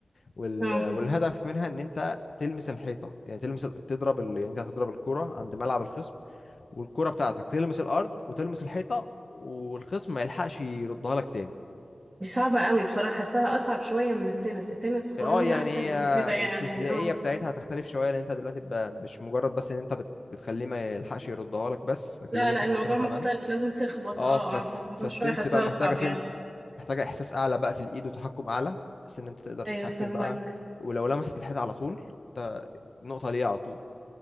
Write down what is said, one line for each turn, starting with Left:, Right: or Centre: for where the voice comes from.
Left: وال...
Right: اه
Left: والهدف منها ان انت تلمس الحيطه يعني تلمس ال- تضرب ال... يعني انت هتضرب الكوره عند ملعب الخصم والكوره بتاعتك تلمس الارض وتلمس الحيطه والخصم ما يلحقش يردها لك تاني
Right: دي صعبة قوي بصراحة حاساها أصعب شوية من التنس التنس قانونها
Left: اه يعني
Right: أسهل
Left: هي
Right: من كده يعني
Left: الفيزيائيه
Right: اه
Left: بتاعتها هتختلف شويه لان انت دلوقتي ب- مش مجرد بس ان انت بت... بتخليه ما يلحقش يردها لك بس لكن
Right: لا
Left: لازم
Right: لا
Left: تخبط
Right: الموضوع
Left: حيطه
Right: مختلف
Left: كمان
Right: لازم تخبط
Left: اه
Right: اه
Left: فس...
Right: اه فالموضوع
Left: فالسنس
Right: شوية حاساها
Left: بقى محتاجه
Right: أصعب
Left: سنس
Right: يعني
Left: محتاجه احساس اعلى بقى في الايد وتحكم اعلى بس ان انت تقدر تتحكم
Right: أيوه فهمك
Left: بقى ولو لمست الحيطه على طول انت نقطه ليه على طول